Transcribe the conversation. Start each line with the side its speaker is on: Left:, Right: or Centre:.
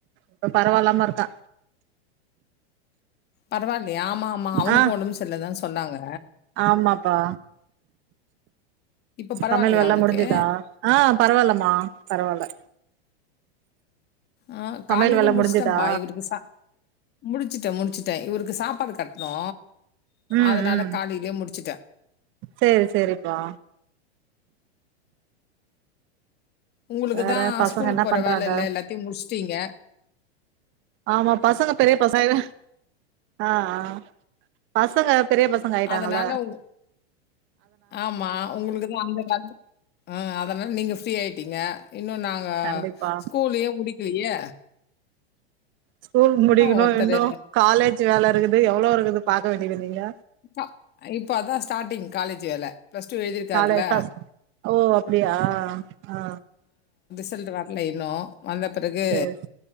Right: இப்ப பரவால்லாம இருக்கா
Left: பரவால் ஆமா ஆமா அவனுக்கு
Right: ஆ
Left: ஒடம்பு சரியிலன்னு தா சொன்னாங்க
Right: ஆமாப்பா
Left: இப்ப பரவாயில்லையா
Right: சமையல் வேலல்லா
Left: அவனுக்கு?
Right: முடிஞ்சதா ஆ பரவால்லம்மா பரவால்ல
Left: ஆ
Right: சமையல்
Left: காலேல
Right: வேல
Left: முடிச்சிட்டேன்ப்பா
Right: முடிஞ்சுதா
Left: இவருக்கு சா முடிச்சிட்டே முடிச்சிட்டே இவருக்கு சாப்பாடு கட்டணு
Right: ம்
Left: அதனால
Right: ம்
Left: காலைலயே முடிச்சிட்டே
Right: சேரி சேரிப்பா
Left: உங்களுக்குதா
Right: வேற பசங்க
Left: ஸ்கூலுக்கு
Right: என்ன
Left: போற
Right: பண்றாங்க
Left: வேல இல்ல எல்லாத்தயு முடிச்சிட்டீங்க
Right: ஆமா பசங்க பெரிய பசங்க ஆ ஆ பச பசங்க ஆயிட்டாங்கள
Left: அதனால உங் ஆமா உங்களுக்குதா அந்த கா ஆ அதனால நீங்க ஃப்ரீ ஆயிட்டீங்க இன்னு நாங்க
Right: கண்டிப்பா
Left: ஸ்கூல்லயே முடிக்கலயே
Right: ஸ்கூல் முடிக்கணு
Left: ஒருத்தரு
Right: இன்னு காலேஜ் வேல இருக்குது எவ்ளோ இருக்குது பாக்க வேண்டியது நீங்க
Left: பா இப்ப அதா ஸ்டார்ட்டிங் காலேஜ் வேல பிளஸ் டூ எழுதிருக்காரல்ல
Right: காலேஜ் ஃபஸ்ட் ஓ அப்டியா ஆ
Left: ரிசல்ட் வர்ல இன்னு வந்த பிறகு
Right: சேரி